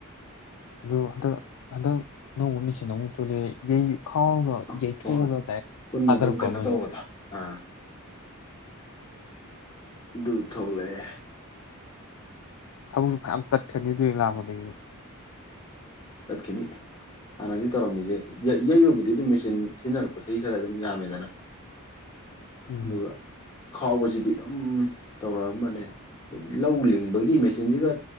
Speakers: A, on the left (about 70°); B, on the left (about 20°).
A: ꯑꯗꯣ ꯍꯟꯗꯛ ꯍꯟꯗꯛ ꯑꯅꯧꯕ ꯃꯦꯆꯤꯟ ꯑꯃꯨꯛ ꯊꯣꯛꯂꯛꯑ ꯌꯩ ꯈꯥꯎꯔꯒ
B: ꯑ
A: ꯌꯩꯊꯣꯛꯑꯒ
B: ꯍꯣꯏ ꯍꯣꯏ
A: ꯗꯥꯏꯔꯦꯛ
B: ꯄꯨꯟꯅ
A: ꯊꯥꯊꯔꯛꯄ
B: ꯑꯗꯨꯝ ꯀꯩꯅꯣ
A: ꯑꯃꯁꯨ
B: ꯇꯧꯕꯗꯣ ꯑꯥ ꯑꯗꯨ ꯊꯣꯛꯂꯛ ꯑ
A: ꯊꯕꯛꯁꯨ ꯃꯌꯥꯝ ꯇꯠꯈ꯭ꯔꯅꯤ ꯑꯗꯨ ꯍꯦꯛ ꯂꯥꯛꯄꯗꯒꯤ
B: ꯇꯠ ꯈꯤꯅꯤ ꯍꯥꯟꯅꯗꯤ ꯇꯧꯔꯝꯃꯤꯁꯦ ꯌꯩꯕꯕꯨꯗꯤ ꯑꯗꯨꯝ ꯃꯦꯆꯤꯟ ꯁꯤꯖꯤꯟꯅꯔꯛꯄ ꯆꯍꯤ ꯈꯔ ꯑꯗꯨꯝ ꯌꯥꯝꯃꯤꯗꯅꯀꯣ
A: ꯎꯝ
B: ꯑꯗꯨꯒ ꯈꯥꯎꯕꯁꯤꯗꯤ ꯑꯗꯨꯝ ꯇꯧꯔꯛꯑꯝꯕꯅꯦ ꯂꯧ ꯂꯤꯡꯕꯒꯤ ꯃꯦꯆꯤꯟꯁꯤꯒ